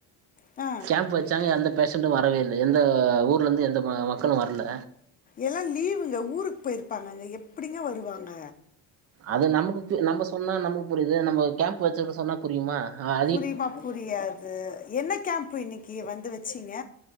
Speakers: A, on the left; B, on the right.
A: ஆ
B: கேம்ப்பு வச்சாங்க எந்த பேஷண்டு வரவே இல்ல எந்த ஊர்லருந்து எந்த ம மக்களு வரல
A: எல்லா லீவுங்க ஊருக்கு போயிருப்பாங்கங்க எப்டிங்க வருவாங்க
B: அது நமக்குக்கு நம்ம சொன்னா நமக்கு புரியுது நம்ம கேம்ப் வச்சவர்க்கு சொன்னா புரியுமா ஆ
A: புரியுமா புரியாது என்ன கேம்ப் இன்னக்கி வந்து வச்சீங்க